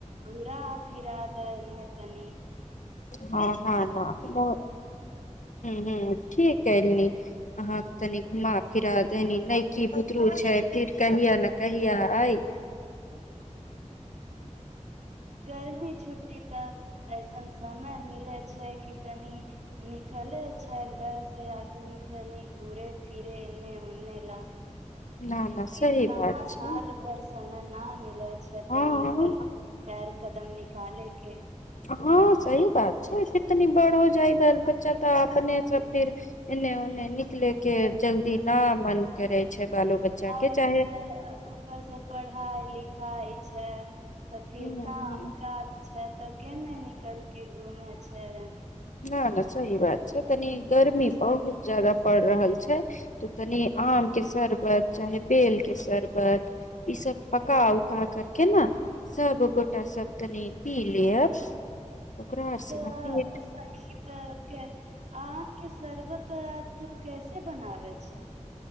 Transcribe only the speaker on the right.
घुरा फिराध एन्ने तनि
गर्मी छुट्टी तऽ ऐसन समय मिले छै की तनि निकलै छै घर से आदमी कनि घूरे फिरे ते एने ओने ला
फिर
कहाँ
साल
भर समय न मिलैत अच्छा तनी
घर से पैर कदम निकालेकै
आ
उपर-उपर से पढ़ाइ लिखाइ छेए तऽ फेर
काम
काज छै तऽ के ने निकलके घूमे छै।
तऽ
सखी तऽ कै आम के शरबत त त के। कत्ते बनाबइ छैइ।